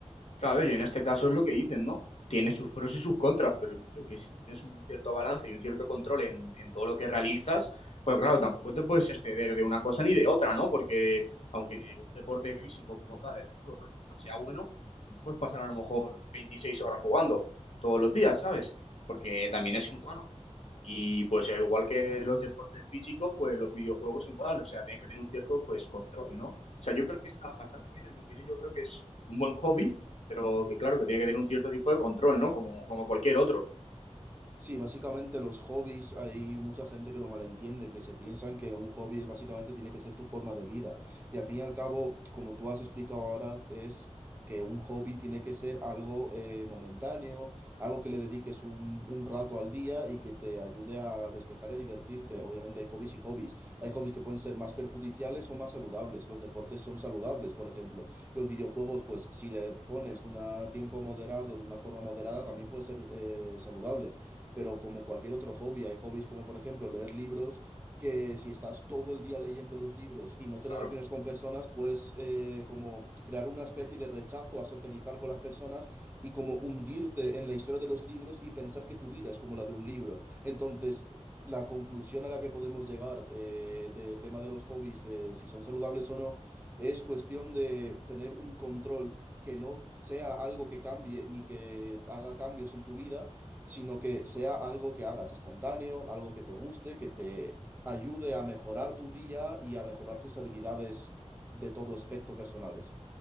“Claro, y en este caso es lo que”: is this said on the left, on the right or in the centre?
Left